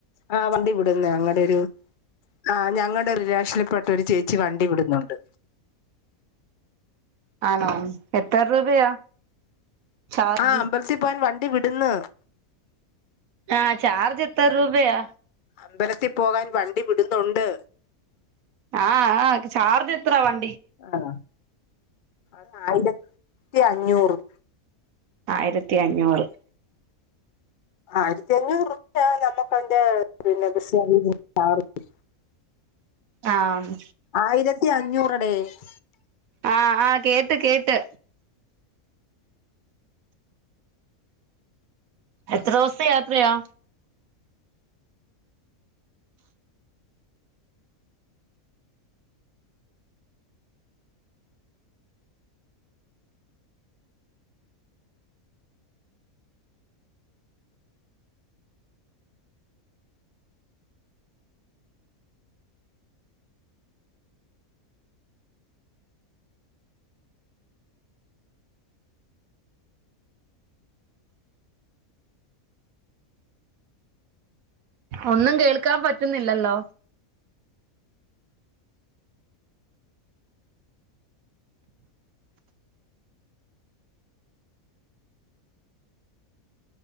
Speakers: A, on the left; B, on the right.
A: ആ വണ്ടി വിടുന്നു ഞങ്ങടെ ഒരു ആ ഞങ്ങളുടെ റിലേഷനിൽ പെട്ട ഒരു ചേച്ചി വണ്ടി വിടുന്നുണ്ട്.
B: ആണോ? എത്ര രൂപയാ? ചാർജ്
A: ആ അമ്പലത്തിൽ പോകാൻ വൺ ഇവിടുന്ന്
B: ആഹ് ചാർജജ് എത്ര രൂപയാ?
A: അമ്പലത്തിൽ പോകാൻ വണ്ടി വിടുന്നുണ്ട്.
B: ആഹ് ആഹ് ചാർജ്ജ് എത്രാ വൺ
A: ആണോ? അത് ആയിരത്തിഅഞ്ഞൂറ്
B: ആയിരത്തിഅഞ്ഞൂറ്
A: ആയിരത്തിഅഞ്ഞൂറ് രൂപയാ നമുക്ക് അതിൻ്റെ പിന്നെ ബസിൻ ചാർജ്ജ്
B: ആഹ്
A: ആയിരത്തി <unintelligible>
B: ആഹ് ആഹ് കേട്ട് കേട്ട് എത്ര ദിവസത്തെ യാത്രയാ? ഒന്നും കേൾക്കാൻ പറ്റുന്നില്ലല്ലോ.